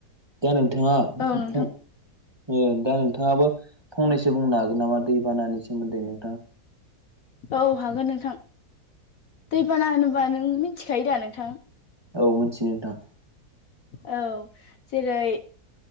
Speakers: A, on the right; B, on the left.
A: दा नोंथाङा
B: औ नोंथां
A: फं ओ दा नों थाङाबो फंनैसो बुंनो हागोन नामा दै बानानि सोमोन्दै नोंथां?
B: औ हागोन नोंथां दैबाना होनोबा नों मिथिखायो दा नोंथां?
A: औ मोनथियो नोंथां।
B: औ जेरै